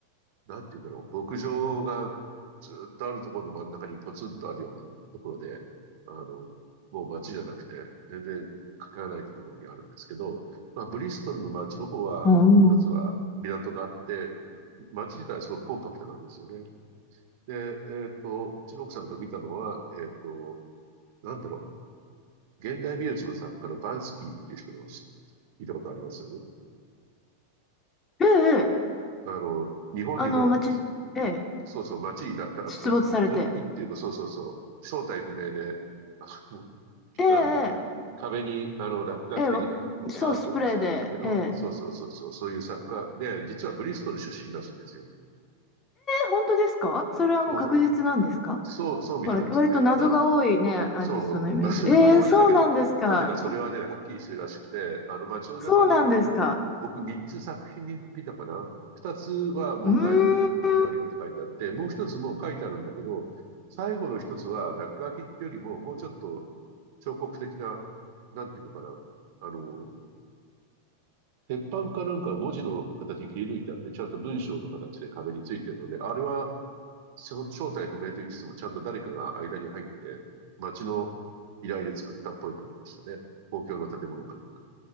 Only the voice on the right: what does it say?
なんて言うんだろう。牧場がずっとあるところの真ん中にポツンとあるようなところで、あの、もう街じゃなくて、全然かけらないところにあるんですけど、まあ、ブリストルの街の方は、
一つは港があって、街自体はすごくコンパクトなんですよね。で、えーっと、うちの奥さんと見たのは、えーっと、なんだろう、現代美術の作家のバンスキーっていう人のし聞いたことあります
あの、日本にも、
そうそう、街にらら落書きっていうか、
そうそうそう、正体不明で、あの、
なんだろう、壁に、あの、落書き的なアートを作るんだけど、
そうそうそうそう、そういう作家で、実はブリストル出身らしいんですよ。
そう、そう、そうみたいですね。
なの、
そう、謎が多いんだけど、
なぜかそれはね、はっきりしてるらしくて、あの街の中に、
僕3つ作品に見たかな。2つはもうガイドブックにここにあるよって書いてあって、
もう一つもう書いてあるんだけど、最後の一つは落書きってよりも、もうちょっと彫刻的な、なんていうのかな。あの、鉄板かなんか文字の形切り抜いてあって、ちゃんと文章の形で壁についてるので、あれはその正体不明と言いつつも、ちゃんと誰かが間に入って、町の依頼で作ったっぽい感じでしたね。公共の建物かなんか、